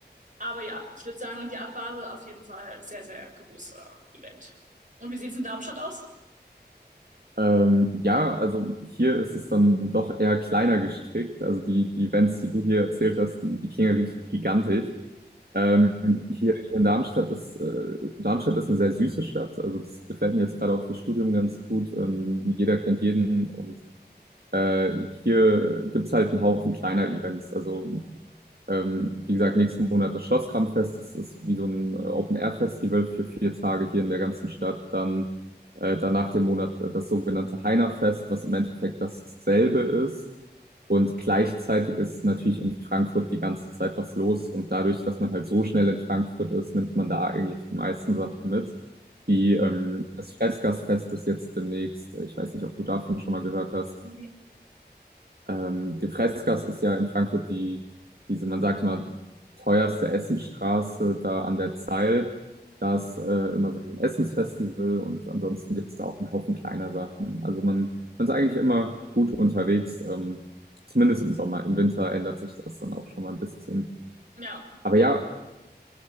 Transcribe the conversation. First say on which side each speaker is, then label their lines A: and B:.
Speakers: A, on the right; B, on the right.
A: Aber ja, ich würde sagen, die Art Basel auf jeden Fall sehr, sehr großer Event. Und wie sieht es in Darmstadt aus?
B: Ähm, ja, also hier ist es dann doch eher kleiner gestrickt. Also die, die Events, die du hier erzählt hast, die, die klingen ja richtig gigantisch. Ähm, hier, hier in Darmstadt ist, äh, Darmstadt ist eine sehr süße Stadt. Also das gefällt mir jetzt gerade auch fürs Studium ganz gut. Ähm, jeder kennt jeden und äh, hier gibt's halt einen Haufen kleiner Events. Also Ähm, wie gesagt, nächsten Monat das Schlosskramfest, Das ist wie so ein äh, Open-Air-Festival für vier Tage hier in der ganzen Stadt. Dann äh, danach den Monat äh, das sogenannte Heinerfest, was im Endeffekt dasselbe ist. Und gleichzeitig ist natürlich in Frankfurt die ganze Zeit was los. Und dadurch, dass man halt so schnell in Frankfurt ist, nimmt man da eigentlich die meisten Sachen mit. Wie ähm, das Freßgassfest ist jetzt demnächst. äh, Ich weiß nicht, ob du davon schon mal gehört hast.
A: Nee.
B: Ähm, die Freisgasse ist ja in Frankfurt die, diese, man sagt immer, teuerste Essenstraße da an der Zeil. Da ist äh, immer so ein Essensfestival und ansonsten gibt's da auch einen Haufen kleiner Sachen. Also man, man ist eigentlich immer gut unterwegs, ähm, zumindest im Sommer. Im Winter ändert sich das dann auch schon mal ein bisschen.
A: Ja,
B: Aber
A: wie?
B: ja,